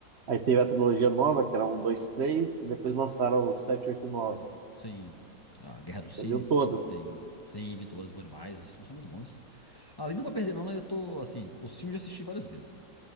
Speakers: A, on the right; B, on the left.
A: Aí teve a trilogia nova, que era um, 2, 3. E depois lançaram o 7, 8 e nove.
B: Sim. A Guerra do Sith,
A: Você viu todos?
B: tem 100 vitórias, bom demais. Os filmes são muito bons. Ali não pra perder, não, né? Eu tô, assim, os filmes já assisti várias vezes.